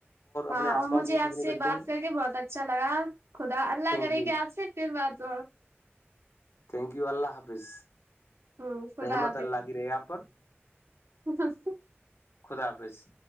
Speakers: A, on the right; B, on the left.
A: ہاں
B: اپنے آس
A: اور
B: پاس
A: مجھے
B: بھی جتنے
A: آپ سے
B: بچوں
A: بات کر کے بہت اچھا لگا خدا اللہ
B: تھینک
A: کرے
B: یو
A: کہ آپ سے پھر بات
B: تھینک یو اللہ حافظ
A: ہ خدا
B: رحمت اللہ کی رہے آپ پر
A: تو سی
B: خدا حافظ